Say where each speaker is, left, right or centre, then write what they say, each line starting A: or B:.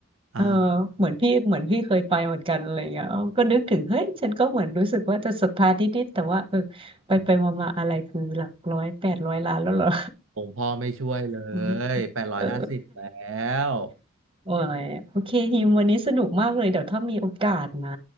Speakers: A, on the right; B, on the right.
A: อ่า
B: เออเหมือนพี่เหมือนพี่เคยไปเหมือนกันอะไรอย่างเงี้ยเออก็นึกถึงเฮ้ยฉันก็เหมือนรู้สึกว่าจะศรัทธานิดๆแต่ว่าเออไปไปมามาอะไรคือหลักร้อยแปดร้อยล้านแล้วเหรอ
A: ผมพ่อไม่ช่วยเล
B: อืม
A: ยแปดร้อยห้าสิบแล้
B: <laughs> เออ
A: ว
B: <laughs> โอ้ยโอเคฮิมวันนี้สนุกมากเลยเดี๋ยวถ้ามีโอกาสนะ